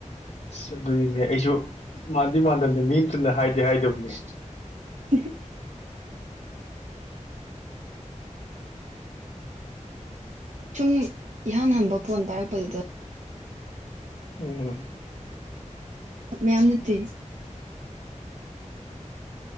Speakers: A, on the left (about 60°); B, on the right (about 70°).
A: ꯑꯁ ꯑꯗꯨꯅꯤꯅꯦ ꯑꯩꯖꯨ ꯃꯥꯟꯗꯤ ꯃꯥꯟꯗꯕꯅꯤ ꯃꯤ ꯑꯃꯇꯅ ꯍꯥꯏꯗꯤ ꯍꯥꯏꯗꯕꯅꯦ
B: <unintelligible> ꯁꯨꯝ ꯏꯍꯥꯟ ꯍꯥꯟꯕ ꯐꯣꯟ ꯄꯥꯏꯔꯛꯄꯗꯨꯗ
A: ꯎ
B: ꯃꯌꯥꯝ ꯅꯠꯇꯦ